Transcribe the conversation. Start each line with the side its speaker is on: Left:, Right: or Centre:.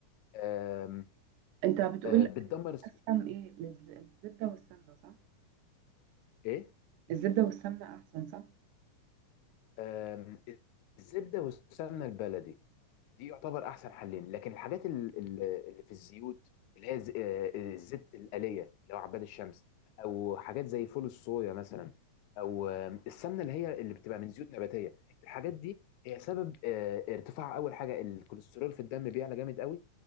Left: آم،
Right: أنت بتقول
Left: آه، بتدمر الس-
Right: أسهم إيه للز- الزبدة والسمنة صح؟
Left: ايه
Right: الزبدة والسمنة أحسن صح؟
Left: آم، الزبده والسمنه البلدي دي يعتبر احسن حلين لكن الحاجات ال- ال- اللي في الزيوت اللي هي ز- آه، الزيت الآلية اللي هو عباد الشمس او حاجات زي فول الصويا مثلا او آه، السمنة اللي هي اللي بتبقى من زيوت نباتية الحاجات دي هي سبب آه، ارتفاع اول حاجة الكوليسترول في الدم بيعلى جامد قوي